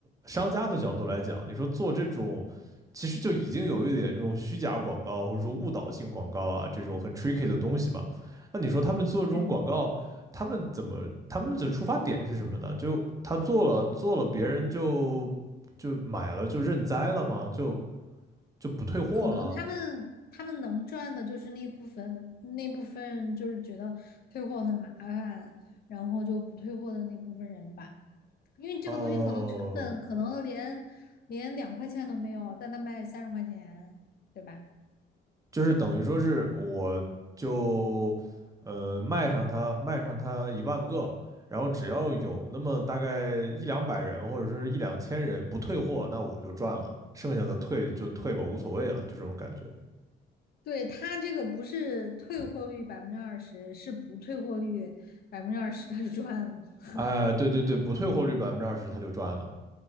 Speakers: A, on the right (about 15°); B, on the left (about 50°).
A: 商家的角度来讲，你说做这种，其实就已经有一点这种虚假广告或者说误导性广告啊，这种很 tricky 的东西嘛。那你说他们做这种广告，
B: 对
A: 他们怎么，他们的出发点是什么呢？就他做了做了，别人就就买了就认栽了吗？就就不退货了？
B: 可能他们他们能赚的就是那部分，那部分就是觉得退货很麻烦，然后就不退货的那部分人吧。因为这个东西可能成本可能连连两块钱都没有，
A: 哦、
B: 但他卖三十块钱，对吧？
A: 就是等于说是我就呃卖上它，卖上它一万个，然后只要有那么大概一两百人或者说是一两千人不退货，那我就赚了，剩下的退就退吧，无所谓了，就这种感觉。
B: 对，他这个不是退货率百分之二十，是不退货率百分之二十，他就赚了。<laughs>
A: 哎，对对对，不退货率百分之二十，他就赚了。